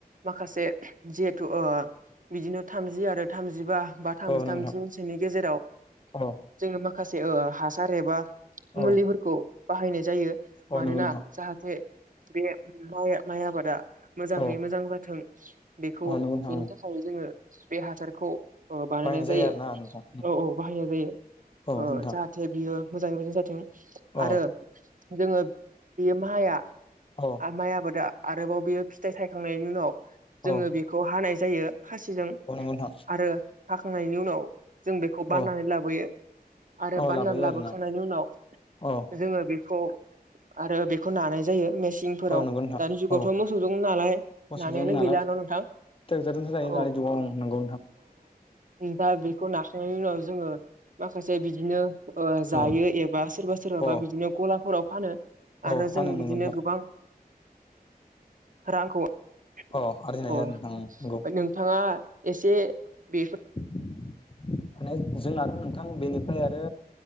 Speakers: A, on the right; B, on the left.
A: माखासे जे ओ बिदिनो थामजि आरो थामजिबा बा थामजि
B: औ नंगौ
A: थामजिनसोनि
B: नोंथां
A: गेजेराव
B: औ
A: जोङो माखासे ओ हासार एबा
B: औ
A: मुलिफोरखौ बाहायनाय जायो
B: औ
A: मानोना
B: नंगौ नोंथां
A: जाहाथे बे माइ माइ आबादा मोजाङै
B: औ
A: मोजां जाथों बेखौ
B: औ नंगौ नोंथां
A: बेनि थाखाय जोङो बे हासारखौ ओ बानायनाय
B: बायनाय
A: जायो
B: आरोना नोंथां
A: ।औ औ बाहायनाय जायो
B: औ
A: ओ
B: नोंथां
A: जाहाथे बियो मोजाङै मोजां जाथों
B: औ
A: आरो जोङो बेयो माइया
B: औ
A: माइ आबादा आरोबाव बेयो फिथाइ थायखांनायनि उनाव जोङो
B: औ
A: बेखौ हानाय जायो। खासिजों
B: औ नंगौ नोंथां
A: आरो हाखांनायनि उनाव जों बेखौ बाननानै
B: औ
A: लाबोयो। आरो
B: औ
A: बाननानै
B: लाबोयो
A: लाबोखांनायनि
B: आरोना
A: उनाव
B: औ
A: जोङो बेखौ आरो बेखौ नानाय जायो। सिंफोराव
B: औ नंगौ नोंथां
A: दानि जुगावथ'
B: औ
A: मोसौजों नालाय
B: मोसौजों
A: नानायानो
B: नाला
A: गैला न' नोंथां?
B: ट्रेक्टरजोंसो नायो
A: औ
B: दानि जुगाव ओ नंगौ नोंथां।
A: ओम दा बेखौ नाखांनायनि उनाव जोङो माखासे बिदिनो ओ जायो
B: औ
A: एबा सोरबा सोरबाबा
B: औ
A: बिदिनो गलाफोराव फानो।
B: औ
A: आरो
B: फानो
A: जों
B: नंगौ
A: बिदिनो
B: नोंथां
A: गोबां रांखौ औ
B: अ आरजिनो हायो
A: ओमफ्राय
B: आरो नोंथां नंगौ
A: नोंथाङा एसे बेफोर
B: <inaudible> माने जों आरो नोंथां बेनिफ्राय आरो